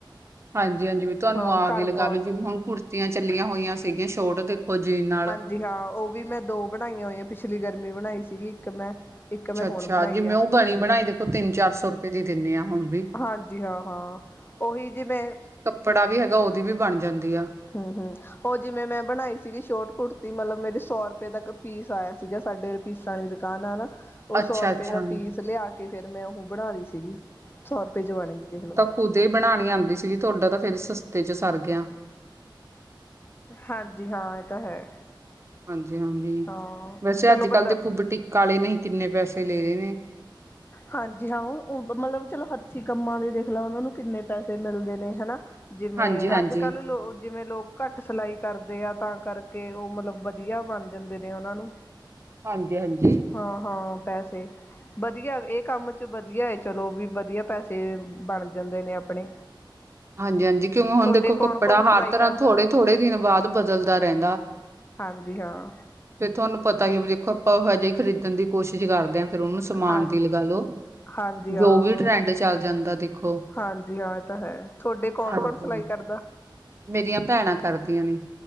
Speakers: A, on the right; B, on the left.
A: ਹਾਂਜੀ ਹਾਂਜੀ ਵੀ ਤੁਆਨੂੰ
B: ਹਾਂ
A: ਆ
B: ਘਰ
A: ਗੇ ਲਗਾ
B: ਪਾਉਣ
A: ਲਓ ਜਿਵੇਂ
B: ਨੂੰ
A: ਹੁਣ ਕੁੜਤੀਆਂ ਚੱਲੀਆਂ ਹੋਈਆਂ ਸੀਗੀਆਂ ਸ਼ੋਟ ਦੇਖੋ ਜੀਨ ਨਾਲ
B: ਜੀ ਹਾਂ ਉਹ ਵੀ ਮੈਂ ਦੋ ਬਣਾਈਆਂ ਹੋਈਆਂ ਪਿਛਲੀ ਗਰਮੀ ਬਣਾਈ ਸੀਗੀ ਇੱਕ ਮੈਂ ਇੱਕ
A: ਅੱਛਾ
B: ਮੈਂ ਹੁਣ
A: ਅੱਛਾ
B: ਬਣਾਈ
A: ਜਿਵੇਂ
B: ਆ
A: ਉਹ ਬਣੀ ਬਣਾਈ ਦੇਖੋ ਤਿੰਨ ਚਾਰ ਸੌ ਰੁਪਏ ਦੀ ਦਿੰਦੇ ਹਾਂ ਹੁਣ ਵੀ
B: ਹਾਂਜੀ ਹਾਂ ਹਾਂ ਉਹੀ ਜਿਵੇਂ
A: ਫੜਾ ਵੀ ਹੈਗਾ ਉਹਦੀ ਵੀ ਬਣ ਜਾਂਦੀ ਆ।
B: ਹਮ ਹਮ ਉਹ ਜਿਵੇਂ ਮੈਂ ਬਣਾਈ ਸੀਗੀ ਸ਼ੋਟ ਕੁੜਤੀ ਮਤਲਬ ਮੇਰੀ ਸੌ ਰੁਪਏ ਦਾੱਕ ਪੀਸ ਆਏਆ ਸੀਗਾ ਸਾਡੇ ਪੀਸ ਣੀ ਦੁਕਾਨ ਆ ਨਾ ਉਹ
A: ਅੱਛਾ-ਅੱਛਾ।
B: ਸੌ ਰੁਪਏ ਦਾ ਪੀਸ ਲਿਆ ਕੇ ਫੇਰ ਮੈਂ ਉਹ ਬਣਾ ਲਈ ਸੀਗੀ। ਸੌ ਰੁਪਏ ਜ ਬਣਗੀ ਦੇਖਲੋ।
A: ਖੁਦੇ ਹੀ ਬਣਾਣੀ ਆਂਦੀ ਸੀਗੀ ਤੁਹਾਡਾ ਤਾਂ ਫੇਰ ਸਸਤੇ ਚ ਸਰ ਗਿਆ।
B: ਹਾਂਜੀ ਹਾਂ ਇਹ ਤਾਂ ਹੈ
A: ਹਾਂਜੀ ਹਾਂਜੀ
B: ਹਾਂ
A: ਵੈਸੇ
B: ਚਲੋ
A: ਅੱਜ
B: ਬੰਦਾ
A: ਕੱਲ੍ਹ ਦੇਖੋ ਬਟੀਕਾ ਆਲੇ ਨਹੀਂ ਕਿੰਨੇ ਪੈਸੇ ਲੈ ਰਹੇ ਨੇ
B: ਹਾਂਜੀ ਹਾਂ ਮਤਲਬ ਚਲੋ ਹੱਥੀ ਕੰਮਾਂ ਦੇ ਦੇਖ ਲਾ ਉਹਨਾਂ ਨੂੰ ਕਿੰਨੇ ਪੈਸੇ ਮਿਲਦੇ ਨੇ ਹਨਾ ਜਿਵੇਂ
A: ਹਾਂਜੀ-ਹਾਂਜੀ,
B: ਅੱਜ ਕੱਲ੍ਹ ਲੋ ਜਿਵੇਂ ਲੋਕ ਘੱਟ ਸਿਲਾਈ ਕਰਦੇ ਆ ਤਾਂ ਕਰਕੇ ਉਹ ਮਤਲਬ ਵਧੀਆ ਬਣ ਜਾਂਦੇ ਨੇ ਉਹਨਾਂ ਨੂੰ
A: ਹਾਂਜੀ ਹਾਂਜੀ
B: ਹਾਂ ਹਾਂ ਪੈਸੇ ਵਧੀਆ ਇਹ ਕੰਮ ਚ ਵਧੀਆ ਹੈ ਚਲੋ ਵੀ ਵਧੀਆ ਪੈਸੇ ਬਣ ਜਾਂਦੇ ਨੇ ਆਪਣੇ
A: ਹਾਂਜੀ ਹਾਂਜੀ ਕਿਉਂ ਹੁਣ
B: ਤੁਹਾਡੇ
A: ਦੇਖੋ
B: ਕੌਣ-ਕੌਣ
A: ਕੱਪੜਾ ਹਰ
B: ਸਿਲਾਈ
A: ਤਰ੍ਹਾਂ
B: ਕਰਦਾ
A: ਥੋੜੇ ਥੋੜੇ ਦਿਨ ਬਾਦ ਬਦਲਦਾ ਰੈਂਦਾ।
B: ਹਾਂਜੀ ਹਾਂ,
A: ਫਿਰ ਤੁਹਾਨੂੰ ਪਤਾ ਹੀ ਦੇਖੋ ਆਪਾਂ ਹਜੇ ਈ ਖਰੀਦਣ ਦੀ ਕੋਸ਼ਿਸ਼ ਕਰਦੇ ਹਾਂ। ਫਿਰ ਉਹਨੂੰ ਸਮਾਨ
B: ਹਾਂ
A: ਦੀ ਲਗਾ ਲੋ
B: ਹਾਂਜੀ ਹਾਂ
A: ਜੋ ਵੀ ਟਰੈਂਡ ਚੱਲ ਜਾਂਦਾ ਦੇਖੋ।
B: ਹਾਂਜੀ ਹਾਂ ਇਹ ਤਾਂ ਹੈ ਥੋਡੇ ਕੌਣ
A: ਹਾਂਜੀ।
B: ਕੌਣ ਸਿਲਾਈ ਕਰਦਾ।
A: ਮੇਰੀਆਂ ਭੈਣਾਂ ਕਰਦੀਆਂ ਨੇ,